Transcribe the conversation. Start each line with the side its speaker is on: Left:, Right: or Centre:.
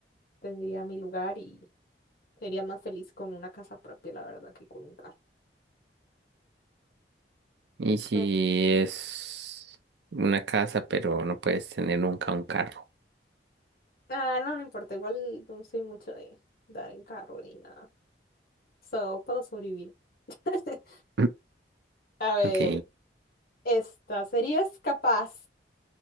Left: tendría mi lugar y sería más feliz con una casa propia, la verdad, que con un carro.
Right: Y si
Left: Eh,
Right: es una casa, pero no puedes tener nunca un carro.
Left: ah, no, no importa, igual no soy mucho de dar en carro ni nada, so puedo sobrevivir. <laughs>
Right: <clears throat>
Left: A ver,
Right: Ok,
Left: esta, ¿serías capaz?